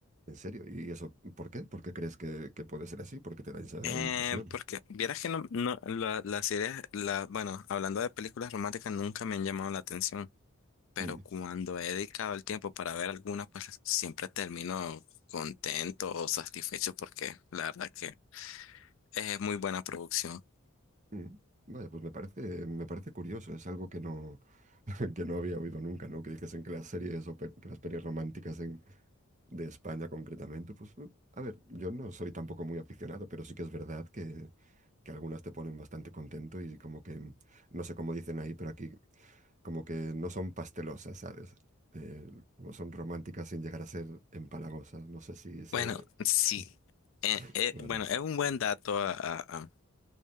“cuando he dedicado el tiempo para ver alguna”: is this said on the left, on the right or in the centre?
Left